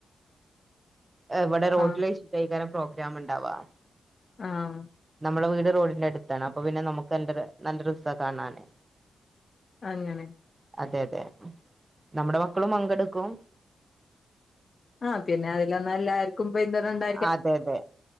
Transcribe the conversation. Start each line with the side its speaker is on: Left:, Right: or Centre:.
Right: ഇവിടെ റോഡില്
Left: ആഹ്
Right: വച്ചിട്ടേക്കാരം പ്രോഗ്രാം ഇണ്ടാവാ
Left: ആഹ്
Right: നമ്മളെ വീട് റോഡിന്റെ അട്ത്താണ് അപ്പൊ പിനെ ന്നമ്ക്കെണ്ടെരെ നല്ല രസാ കാണാന്.
Left: അങ്ങനെ
Right: അതെ അതെ, നമ്മടെ മക്കളും പങ്കെടുക്കും.
Left: ആ പിനെ അയ്ലും ന്നല്ലര്- ക്കും പെയ്ന്റെ റണ്ടെ-
Right: ആ അതെ അതെ,